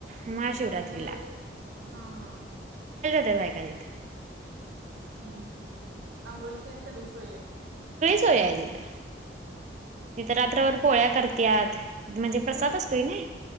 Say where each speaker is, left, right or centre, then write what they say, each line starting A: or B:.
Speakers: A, on the right (about 40°); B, on the right (about 75°).
A: महाशिवरात्रीला
B: म हा हा
A: त्त बायका तित
B: हम्म हम्म आंघोळीची तेन सगळी सोयय
A: सोयय तित तित रात्रभर पोळ्या करत्यात म्हणजे प्रसाद
B: होय
A: अस्तुय नई